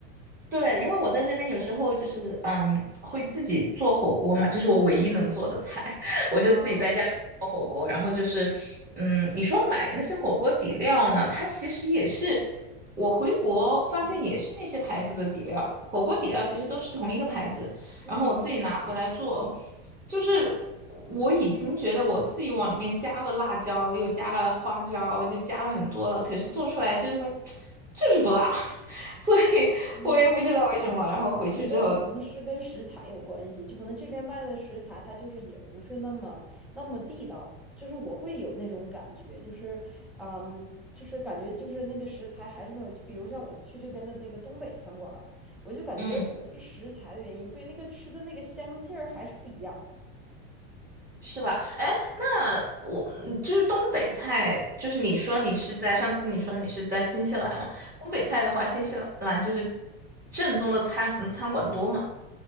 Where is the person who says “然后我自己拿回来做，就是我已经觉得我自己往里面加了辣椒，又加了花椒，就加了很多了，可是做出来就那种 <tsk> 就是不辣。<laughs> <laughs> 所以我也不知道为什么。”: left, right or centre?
Right